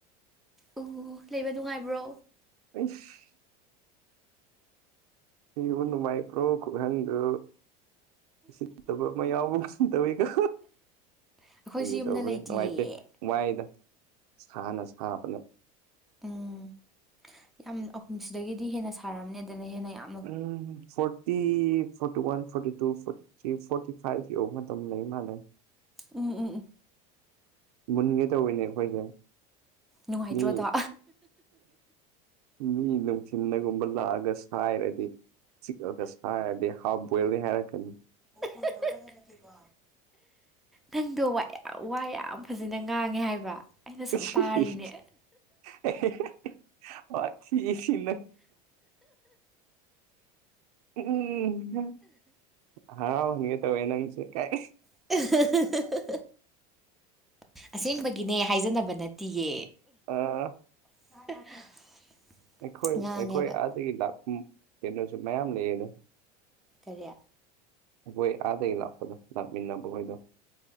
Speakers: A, in the centre; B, on the right.
A: ꯑꯣ ꯂꯩꯕ ꯅꯨꯡꯉꯥꯏꯕ꯭ꯔꯣ꯫
B: ꯑꯩꯁꯁ ꯏꯕ ꯅꯨꯡꯉꯥꯏꯕ꯭ꯔꯣ ꯈꯨꯍꯪꯗꯣ ꯁꯤꯠꯇꯕ ꯑꯃ ꯌꯥꯎꯕ ꯁꯤ ꯇꯧꯋꯤꯀ
A: ꯑꯩꯈꯣꯏꯁꯨ
B: ꯀꯒꯤ
A: ꯌꯨꯝꯗ
B: ꯇꯧꯕꯅꯤ
A: ꯂꯩꯇꯤꯌꯦ
B: ꯅꯨꯡꯉꯥꯏꯇꯦ ꯋꯥꯏꯗ ꯁꯥꯅ ꯁꯥꯕꯅꯦ
A: ꯎꯝ ꯌꯥꯝ ꯑꯍꯨꯝꯁꯤꯗꯒꯤꯗꯤ ꯍꯦꯟꯅ ꯁꯥꯔꯝꯅꯤ ꯑꯗꯨꯅ ꯍꯦꯟꯅ ꯌꯥꯝ
B: ꯎꯝ ꯐ ꯤ forty one forty two forty three forty five ꯌꯧꯕ ꯃꯇꯝ ꯂꯩ ꯃꯥꯥꯟꯂꯦ꯫
A: ꯎꯝ ꯎꯝ ꯎꯝ
B: ꯃꯨꯟꯒꯦ ꯇꯧꯋꯤꯅꯦ ꯑꯩꯈꯣꯏꯁꯦ
A: ꯅꯨꯡꯉꯥꯏꯇ꯭ꯔꯣꯗꯣ
B: ꯃꯤ ꯃꯤ ꯅꯨꯡꯊꯤꯟ ꯗꯥꯒꯨꯝꯕ ꯂꯥꯛꯑꯒ ꯁꯥꯏꯔꯗꯤ ꯆꯤꯂꯒ ꯁꯥꯏꯔꯗꯤ ꯍꯥꯥꯞꯄ ꯕꯣꯏꯜꯅꯤ ꯍꯥꯏꯔꯛꯀꯅꯤ
A: <unintelligible> ꯅꯪꯗꯣ ꯋꯥ ꯌꯥꯝ ꯋꯥ ꯌꯥꯝ ꯐꯖꯅ ꯉꯥꯡꯉꯦ ꯍꯥꯏꯕ ꯑꯩꯅ
B: <unintelligible>
A: ꯁꯨꯝ ꯇꯥꯔꯤꯅꯦ
B: ꯁꯤꯁꯤ ꯎꯝ ꯍꯔꯥꯎꯍꯟꯒꯦ ꯇꯧꯋꯦ ꯅꯪꯁꯦ ꯀꯥꯏꯗꯩ
A: <unintelligible> ꯑꯁꯦꯡꯕꯒꯤꯅꯦ ꯍꯥꯏꯖꯟꯅꯕ ꯅꯠꯇꯤꯌꯦ
B: ꯑꯥ
A: <inaudible>
B: ꯑꯩꯈꯣꯏ
A: ꯉꯥꯡꯉꯦꯕ
B: ꯑꯩꯈꯣꯏ ꯑꯥꯗꯒꯤ ꯂꯥꯛꯄ ꯀꯩꯅꯣꯁꯨ ꯃꯌꯥꯝ ꯂꯩꯑꯦꯗ
A: ꯀꯔꯤ
B: ꯑꯩꯈꯣꯏ ꯑꯥꯗꯒꯤ ꯂꯥꯛꯄꯗꯣ ꯂꯥꯛꯃꯤꯟꯅꯕꯈꯣꯏꯗꯣ